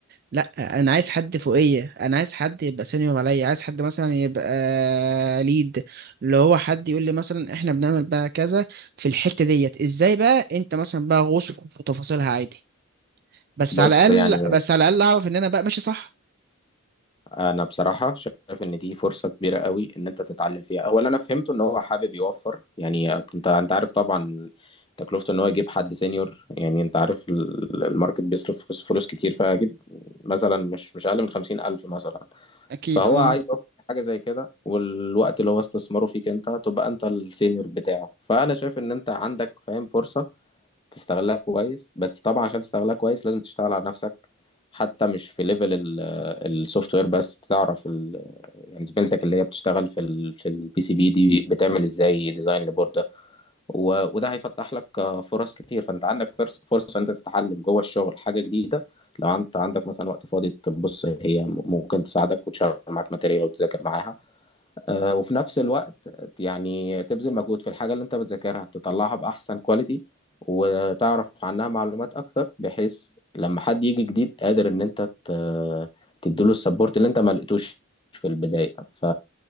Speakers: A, on the right; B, on the left.
A: لا انا عايز حد فوقيه انا عايز حد يبقى سينيور عليا عايز حد مثلا يبقى ليد اللي هو حد يقول لي مثلا احنا بنعمل بقى كذا في الحتة ديت ازاي بقى انت مثلا بقى غوص في تفاصيلها عادي بس
B: بص
A: على الاقل
B: يعني
A: بس على الاقل اعرف ان انا بقى ماشي صح
B: انا بصراحه شايف ان دي فرصه كبيره قوي ان انت تتعلم فيها اولا انا فهمته ان هو حابب يوفر يعني اصل انت انت عارف طبعا تكلفته ان هو يجيب حد سينيور يعني انت عارف ال- الماركت بيصرف فلوس فلوس كتير فاكيد مثلا مش مش اقل من خمسين الف مثلا
A: اكيد
B: فهو
A: اه
B: عايز يوفر حاجه زي كده والوقت اللي هو استثماره فيك انت تبقى انت السينيور بتاعه فانا شايف ان انت عندك فاهم فرصه تستغلها كويس بس طبعا عشان تستغلها كويس لازم تشتغل على نفسك حتى مش في ليفل السوفت وير بس تعرف ال... يعني زميلتك اللي هي بتشتغل في ال... في البي سي بي دي بتعمل ازاي ديزاين لبورده و... وده هيفتح لك آه، فرص كتير فانت عندك فرص فرصه انت تتعلم جوه الشغل حاجه جديده لو انت عندك مثلا وقت فاضي تبص هي ممكن تساعدك وتشغل معاك ماتيريال وتذاكر معاها آه، وفي نفس الوقت يعني تبذل مجهود في الحاجة اللي انت بتذاكرها تطلعها بأحسن كواليتي وتعرف عنها معلومات أكتر بحيث لما حد يجي جديد قادر إن انت ت- تديله السبورت اللي انت ما لقيتوش في البداية ف...